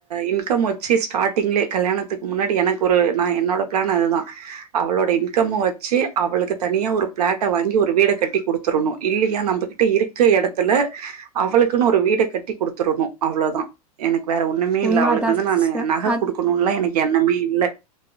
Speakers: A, on the right (about 75°); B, in the centre.
A: இன்கம் வச்சு ஸ்டார்ட்டிங்லே கல்யாணத்துக்கு முன்னாடி எனக்கு ஒரு நா என்னோட பிளான் அது தா அவளோட இன்கம வச்சு அவளுக்கு தனியா ஒரு பிளாட்ட வாங்கி ஒரு வீட கட்டி கொடுத்துடனு இல்லையா நம்மகிட்ட இரு இருக்க எடத்துல அவளுக்குன்னு ஒரு வீட கட்டி குடுத்துடனு அவ்ளோதா எனக்கு வேற ஒண்ணுமே
B: உண்மதா
A: இல்ல அவளுக்கு வந்து
B: சிஸ்டர்
A: நானு நக
B: அது
A: கொடுக்கணும் எல்லா எனக்கு எண்ணமே இல்ல